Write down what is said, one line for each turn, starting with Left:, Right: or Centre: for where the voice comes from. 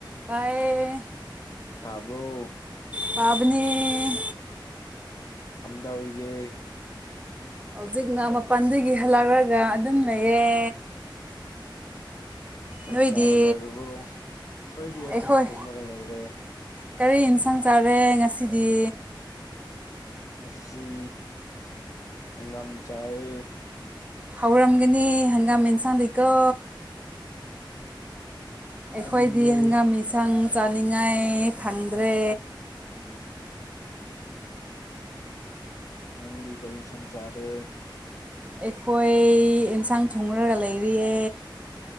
Right: ꯄꯥꯏ
Left: ꯇꯥꯕ꯭ꯔꯣ
Right: ꯄꯥꯕꯅꯦ
Left: ꯈꯝꯗꯧꯒ
Right: ꯍꯧꯖꯤꯛꯅ ꯃꯄꯥꯟꯗꯒꯤ ꯍꯜꯂꯛꯂꯒ ꯑꯗꯨꯝ ꯂꯩꯌꯦ
Left: ꯆꯥꯛ
Right: ꯅꯣꯏꯗꯤ
Left: ꯆꯥꯕ ꯂꯣꯏꯔꯕ꯭ꯔꯣ ꯑꯩꯈꯣꯏꯗꯤ ꯑꯗꯨꯝ
Right: ꯑꯩꯈꯣꯏ
Left: ꯇꯨꯝꯂꯒ ꯂꯩꯔꯦ
Right: ꯀꯔꯤ ꯌꯦꯟꯁꯥꯡ ꯆꯥꯔꯦ ꯉꯁꯤꯗꯤ
Left: ꯑꯁꯤ ꯍꯪꯒꯥꯝ ꯆꯥꯏ
Right: ꯍꯧꯔꯝꯒꯅꯤ ꯍꯪꯒꯥꯝ ꯑꯦꯟꯁꯥꯡꯗꯒꯤꯩꯀꯣ ꯑꯩꯈꯣꯏꯗꯤ
Left: ꯅꯪꯗꯤ
Right: ꯍꯪꯒꯥꯝ ꯏꯟꯁꯥꯡ ꯆꯥꯅꯤꯡꯉꯥꯏ ꯐꯪꯗ꯭ꯔꯦ
Left: ꯎꯝ ꯅꯪꯗꯤ ꯀꯩ ꯁꯁꯔꯦ
Right: ꯑꯩꯈꯣꯏ ꯑꯦꯟꯁꯥꯡ ꯊꯣꯡꯔꯒ ꯂꯩꯔꯤꯌꯦ